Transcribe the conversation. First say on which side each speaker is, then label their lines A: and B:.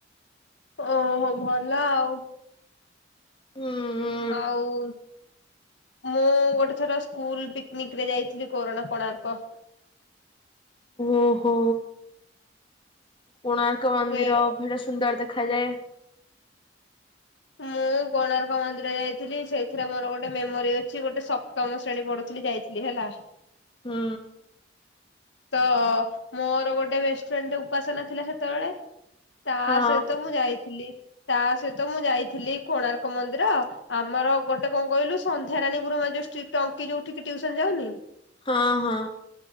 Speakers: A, on the left; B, on the left.
A: ଓହୋ ଭଲ ଆଉ।
B: ହୁଁ।
A: ଆଉ ମୁଁ ଗୋଟେ ଥର ସ୍କୁଲ ପିକନିକ ରେ ଯାଇଥିଲି କୋରୋଣ କୋଣାର୍କ।
B: ଓହୋ। କୋଣାର୍କ ମନ୍ଦିର
A: ସେ
B: <unintelligible> ସୁନ୍ଦର ଦେଖାଯାଏ।
A: ମୁଁ କୋଣାର୍କ ମନ୍ଦିର ଯାଇଥିଲି ସେଇଥିରେ ମୋରୋ ଗୋଟେ ମେମୋରି ଅଛି ଗୋଟେ ସପ୍ତମ ଶ୍ରେଣୀ ପଢୁ ଥୁଲି ଯାଇଥିଲି ହେଲା।
B: ହୁଁ।
A: ତ ମୋରୋ ଗୋଟେ ବେଷ୍ଟଫ୍ରେଣ୍ଡ୍ ଟେ ଉପାସନା ଥିଲା ସେତୋବେଳେ ତା
B: ହଁ
A: ସହିତ ମୁଁ ଯାଇଥିଲି ତା ସହିତ ମୁଁ ଯାଇଥିଲି କୋଣାର୍କ ମନ୍ଦିର ଆମର ଗୋଟେ କଁ କହିଲୁ ସନ୍ଧ୍ୟାରାଣୀ ଗୁରୁମା ଯୋଉ ଷ୍ଟ୍ରିକ୍ଟ ଅଙ୍କି ଯୋଉଠିକି ଟ୍ୟୁସନ ଯାଉନି।
B: ହଁ ହଁ।